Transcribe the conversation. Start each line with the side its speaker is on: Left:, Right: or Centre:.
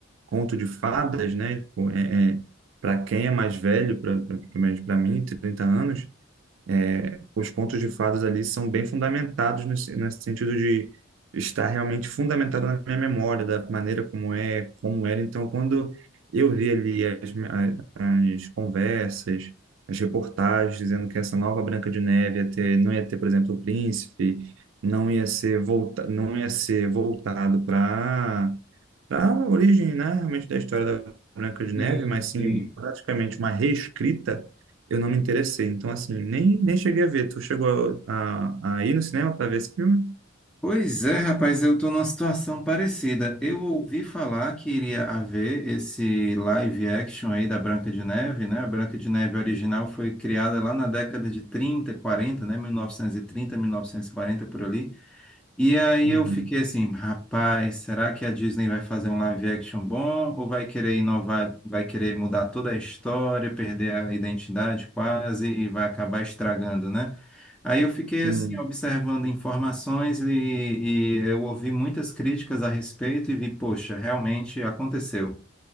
Right: conto de fadas, né? Tipo, É, para quem é mais velho, pelo menos para mim, 30 anos, é, os contos de fadas ali são bem fundamentados nesse, nesse sentido de estar realmente fundamentado na minha memória, da maneira como é, como era. Então, quando eu vi ali as, as conversas, as reportagens dizendo que essa nova Branca de Neve ia ter, não ia ter, por exemplo, o príncipe, não ia ser volta, não ia ser voltado para da origem, né, realmente da história da Branca de Neve,
Centre: Sim,
Right: mas
Centre: sim.
Right: sim praticamente uma reescrita, eu não me interessei. Então, assim, nem, nem cheguei a ver. Tu chegou a, a, a ir no cinema para ver esse filme?
Centre: Pois é, rapaz, eu estou numa situação parecida. Eu ouvi falar que iria haver esse live action aí da Branca de Neve, né? A Branca de Neve original foi criada lá na década de trinta quarenta né? mil mil novecentos novecentos e trinta mil novecentos e quarenta por ali. E aí
Right: Uhum.
Centre: eu fiquei assim, rapaz, será que a Disney vai fazer um live action bom ou vai querer inovar, vai querer mudar toda a história, perder a identidade quase e vai acabar estragando, né? Aí eu fiquei
Right: Sim.
Centre: assim observando informações e, e eu ouvi muitas críticas a respeito e vi, poxa, realmente aconteceu.